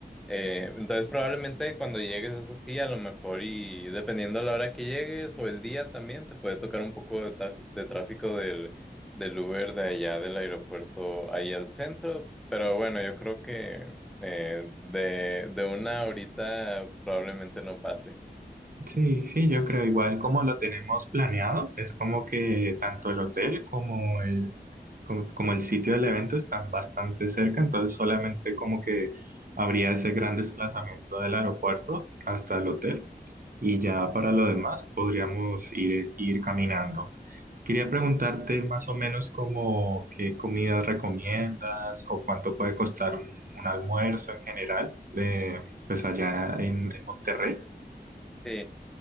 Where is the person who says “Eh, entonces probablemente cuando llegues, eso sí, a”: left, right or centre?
Centre